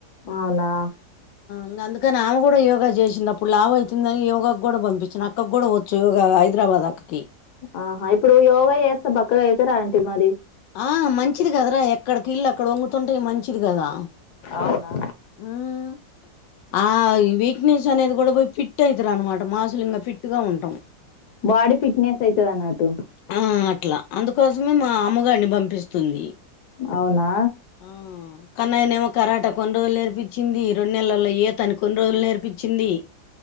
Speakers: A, on the left; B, on the left.
A: అవునా
B: ఇంగ అందుకని ఆమె కూడా యోగా చేసింది అప్పుడు లావ అయితుందని యోగాకు కూడా పంపించిన అక్కకి గాడా వచ్చు యోగా హైదరాబాద్ అక్క
A: ఆహా ఇప్పుడు యోగా చేస్తే బక్కగా అయితర అంటీ మరి
B: ఆ మంచిది కదరా ఎక్కడికి కీళ్ళు అక్కడ వంగుతుంటే మంచిది కదా
A: అవునా
B: మ్ ఆవి ఫిట్నెస్ అనేది కూడా పోయి ఫిట్ అయితరు అనమాట మాసులు ఇంగ ఫిట్గా ఉంటాం
A: బాడీ ఫిట్నెస్ అయితది అన్నట్టు
B: ఆ అట్లా అందుకోసమే మా అమ్ముగాడిని పంపిస్తుంది
A: అవునా
B: ఆ కన్నయ్ నేమో కరాట కొన్ని రోలు నే నేర్పించింది రెండు నెలల్లో ఈతని కొన్ని రోజులు నేర్పించింది